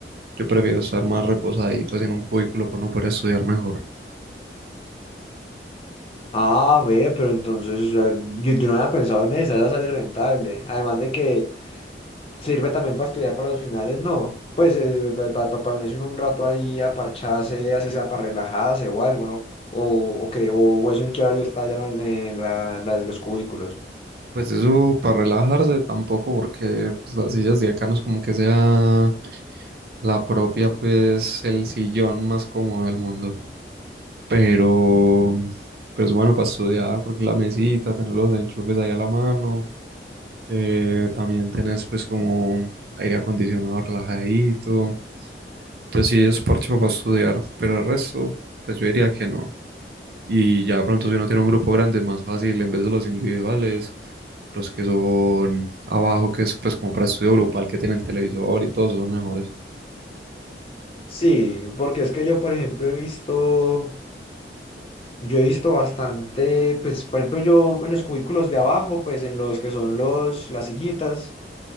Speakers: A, on the right; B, on the left.
A: yo prefiero estar más reposadito así en un cubículo para no poder estudiar mejor.
B: Ah, ve, pero entonces o sea, yo, yo no había pensado en esa, esa sale rentable. Además de que Sirve también para estudiar para los finales, no. Pues para ponerse uno un rato ahí a parcharse, así sea para relajarse o algo, ¿no? O, o, qué, o o eso en qué horario está ya ¿no? en las, los cubículos.
A: Pues eso para relajarse tampoco, porque pues las sillas de acá no es como que sea la propia, pues el sillón más cómodo del mundo. Pero, pero es bueno para estudiar porque la mesita, tener los enchufes ahí a la mano, eh, también tenés pues como aire acondicionado relajadito. Entonces sí es parche para estudiar, pero el resto pues yo diría que no. Y ya de pronto si uno tiene un grupo grande es más fácil en vez de los individuales, los que son abajo que es pues como para estudio grupal que tienen televisor y todos son mejores.
B: Sí, porque es que yo, por ejemplo, he visto, yo he visto bastante, pues, por ejemplo, yo en los cubículos de abajo, pues en los que son los, las sillitas.